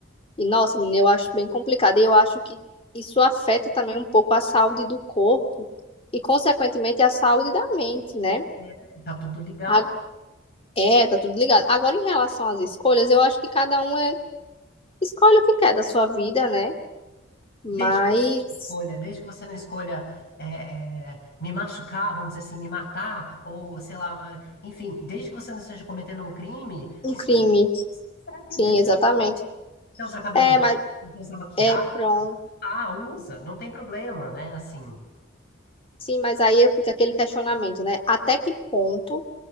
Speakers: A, on the left; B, on the left.
A: E, nossa, menina, eu acho bem complicado. E eu acho que isso afeta também um pouco a saúde do corpo e, consequentemente, a saúde da mente, né?
B: né? Tá tudo ligado.
A: A- É, tá tudo ligado. Agora, em relação às escolhas, eu acho que cada um é, escolhe o que quer da sua vida, né? Mas
B: Desde que você escolha, desde que você não escolha é, é, me machucar, vamos dizer assim, me matar, ou sei lá, é, enfim, desde que você não esteja cometendo um crime,
A: um
B: escolha
A: crime,
B: o que você quiser,
A: sim,
B: entendeu?
A: exatamente.
B: Quer usar cabelo
A: É,
B: longo,
A: mas
B: quer usar maquiagem,
A: é pronto.
B: quer usar- ah, usa, não tem problema, né? Assim,
A: Sim, mas aí fica aquele questionamento, né? Até que ponto